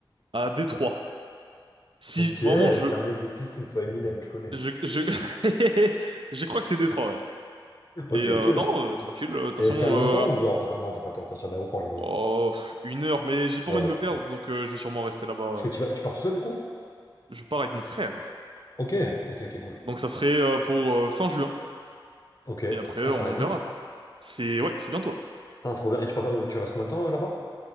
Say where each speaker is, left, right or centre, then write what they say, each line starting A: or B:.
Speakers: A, on the right; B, on the left.
A: À Détroit. Si
B: Ok,
A: vraiment
B: t'es
A: je
B: un mec des Pistons, soit Eminem, je connais.
A: je je <laughs> je crois que c'est Détroit, ouais.
B: Ok,
A: Et euh,
B: ok.
A: non, euh, tranquille. euh, De toute
B: Et
A: façon,
B: escale
A: euh,
B: longtemps ou genre t'as pas le temps, t'as pas le temps de sortir de l'aéroport, j'imagine.
A: bon, pff, une heure, mais j'ai pas
B: Ouais.
A: envie de me
B: t-
A: perdre, donc euh, je vais sûrement rester là-bas.
B: Est-ce que tu vas, tu pars tout seul du coup?
A: Je pars avec mon frère,
B: Ok, ok, ok, cool.
A: donc ça serait euh, pour euh, fin juin.
B: Ok.
A: Et après, euh,
B: Ah, ça
A: on
B: arrive
A: verra
B: vite.
A: quoi. C'est ouais, c'est bientôt là.
B: Putain, trop bien. Et tu pars, tu restes combien de temps euh, là-bas?